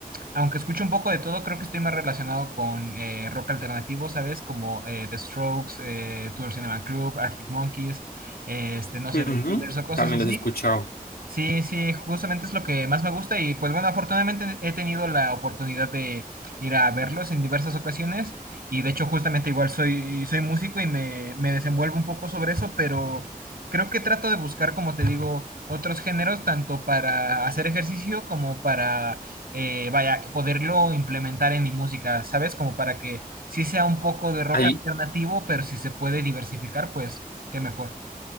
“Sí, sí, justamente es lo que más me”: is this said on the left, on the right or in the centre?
Right